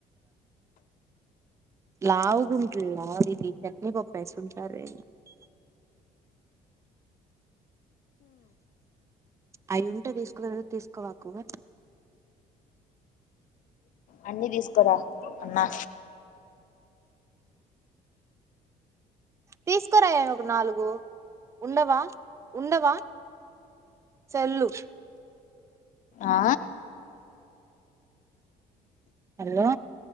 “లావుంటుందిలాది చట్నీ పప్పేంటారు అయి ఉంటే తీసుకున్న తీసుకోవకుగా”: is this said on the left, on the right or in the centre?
Right